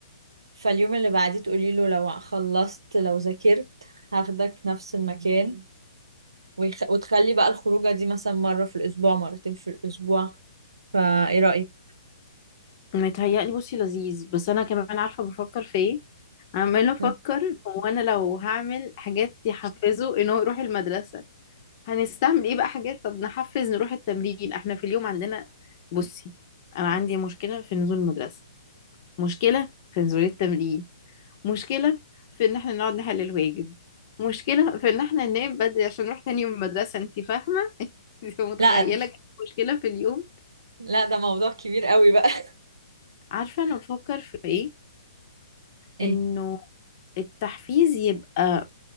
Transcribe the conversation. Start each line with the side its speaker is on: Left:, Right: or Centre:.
Right: فاليوم اللي بعديه تقولي له لو خلصت لو ذاكرت هاخدك نفس المكان ويخ... وتخلي بقى الخروجة دي مثلا مرة في الأسبوع مرتين في الأسبوع فايه رأيك؟
Left: متهيألي بصي لذيذ بس انا كمان عارفه بفكر في ايه عمال افكر
Right: مم.
Left: هو انا لو هعمل حاجات يحفزه ان هو يروح المدرسه هنستعمل ايه بقى حاجات طب نحفز نروح التمرين احنا في اليوم عندنا بصي انا عندي مشكله في نزول المدرسه مشكله في نزول التمرين مشكله في ان احنا نقعد نحل الواجب مشكله في ان احنا ننام بدري عشان نروح تاني يوم المدرسه انت فاهمه <laughs> انت متخيله
Right: لا
Left: كم مشكله في اليوم
Right: لا ده موضوع كبير قوي بقى <laughs>
Left: عارفه انا بفكر في ايه
Right: ايه
Left: انه التحفيز يبقى